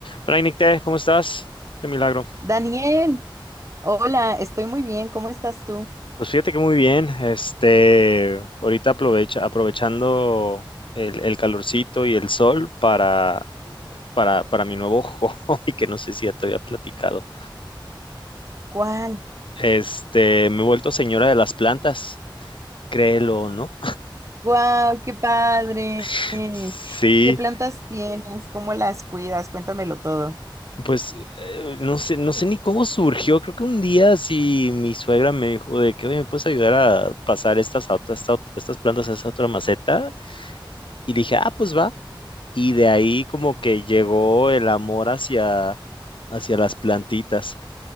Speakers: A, on the left; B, on the right.
A: Hola, Nicte, ¿cómo estás? Qué milagro.
B: Daniel, hola, estoy muy bien, ¿cómo estás tú?
A: Pues fíjate que muy bien. Este, ahorita aprovecha, aprovechando el, el calorcito y el sol para, para, para mi nuevo <laughs> hobby, que no sé si ya te había platicado.
B: ¿Cuál?
A: Este, me he vuelto señora de las plantas, créelo o no.
B: ¡Guau, qué padre!
A: <laughs>
B: ¿Qué plantas
A: Sí,
B: tienes? ¿Cómo las cuidas? Cuéntamelo todo.
A: pues eh, no sé, no sé ni cómo surgió. Creo que un día sí mi suegra me dijo de que, oye, ¿me puedes ayudar a pasar estas, a otra- esta ot- estas plantas a esta otra maceta? Y dije, ah, pues va. y de ahí como que llegó el amor hacia, hacia las plantitas.